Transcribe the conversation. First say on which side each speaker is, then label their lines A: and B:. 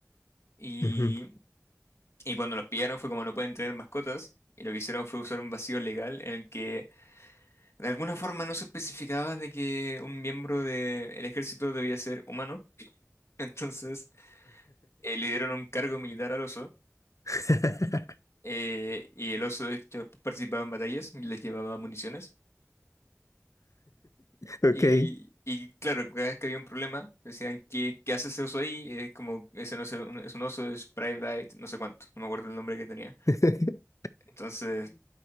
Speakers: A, on the left; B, on the left.
A: Y,
B: ujú.
A: y cuando los pillaron fue como no pueden tener mascotas. Y lo que hicieron fue usar un vacío legal en el que de alguna forma no se especificaba de que un miembro del ejército debía ser humano. <laughs> Entonces eh, le dieron un cargo militar al oso
B: <laughs>
A: eh, y el oso de hecho, participaba en batallas y les llevaba municiones.
B: Ok.
A: Y, y claro, cada vez que había un problema, decían, ¿qué, qué hace ese oso ahí? Es como, ese no es un, es un oso, es Private, no sé cuánto, no me acuerdo el nombre que tenía.
B: <laughs>
A: Entonces,